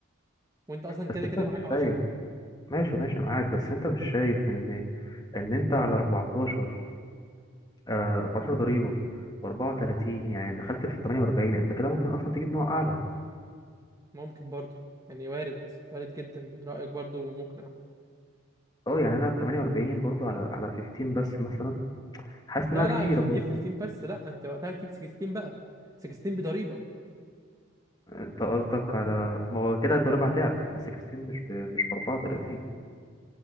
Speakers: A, on the right; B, on the left.
A: وانت اصلا كده
B: بس انت
A: كده معاك
B: مش
A: 10
B: شايف ماشي ماشي معاك بس انت مش شايف ان ان انت على 14 آه 14 ضريبة و34 يعني دخلت في ال 48 انت كده ممكن اصلا تجيب نوع اعلى
A: ممكن برضه يعني وارد وارد جدا رأيك برضه مقنع
B: اه يعني انا 48 برضو على على 15 بس مثلا حاسس انها
A: لا
B: كتيرة
A: لا مش هتجيب
B: برضو
A: 15 بس لا انت وقتها هتجيب 16 بقى 16 بضريبة
B: انت قصدك على ما هو كده الضريبة هتعلى ال 16 مش ب... مش ب 34